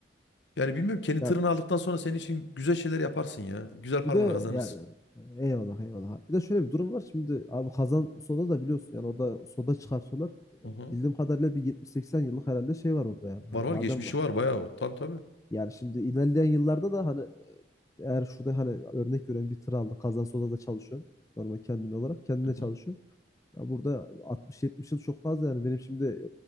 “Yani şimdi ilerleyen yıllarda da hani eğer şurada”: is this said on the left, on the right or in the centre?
Left